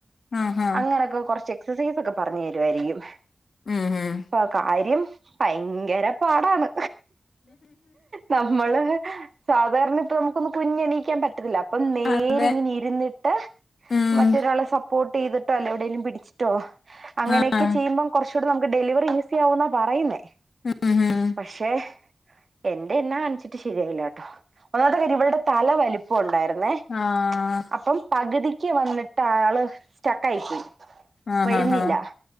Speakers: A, on the left; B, on the right.
A: ആഹ് ആഹ്
B: അങ്ങനൊക്കെ കൊറച്ച് എക്സസൈസ് ഒക്കെ പറഞ്ഞു തരുവായിരിക്കും.
A: ഉം ഹും
B: അപ്പൊ കാര്യം ഭയങ്കര പാടാണ്. നമ്മള് സാധാരണ ഇപ്പൊ നമുക്കൊന്ന് കുനിഞ്ഞണീയിക്കാൻ പറ്റണില്ല അപ്പം നേരിങ്ങനെ
A: അതെ
B: ഇരുന്നിട്ട്
A: ഉം
B: മറ്റൊരാളെ സപ്പോർട്ട് ചെയ്തിട്ടോ. അല്ലേൽ എവിടേലും പിടിച്ചിട്ടോ. അങ്ങനെയൊക്കെ
A: ആഹ്
B: ചെയ്യുമ്പം. കൊറച്ച് നമുക്ക് ഡെലിവറി ഈസി ആവുന്നാ പറയുന്നേ.
A: ഉം ഉം
B: പക്ഷെ എന്റെ എന്നാ കാണിച്ചിട്ട് ശരിയായില്ലാട്ടോ. <unintelligible> ഇവളടെ തല വലിപ്പം ഉണ്ടായിരുന്നേ
A: ആഹ്
B: അപ്പം പകുതി ക്ക്‌ വന്നിട്ട് ആള് സ്റ്റക്കായി പോയി.
A: ആഹ്
B: വരുന്നില്ല
A: ആഹ് ആഹ്